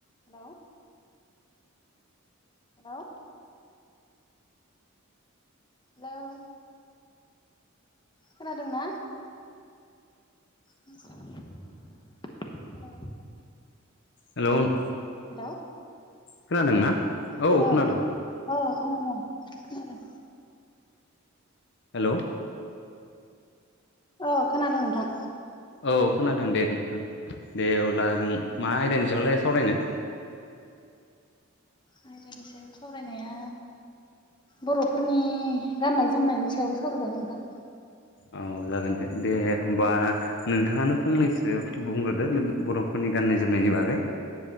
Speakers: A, on the left; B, on the left.
A: हेल' hello hello खोनादोंना? Hello
B: hello
A: hello
B: खोनादों ना औ
A: हेलौ
B: खोनादों
A: अ खोनादों खोनादों
B: हेलौ
A: औ खोनादों नोंथां
B: औ खोनादों दे नोंथां दे अब्ला जों मा आयदानि सायावलाय सावरायनो
A: आाइरानि सायाव सावरायनाया बर'फोरनि गाननाय जोमनायनि सायावबो सावरायजागोन नोंथां
B: औ जागोन दे दे होमबा नोंथाङानो फंनैसो बुंग्रोदो बर'फोरनि गाननाय जोमनायनि बागै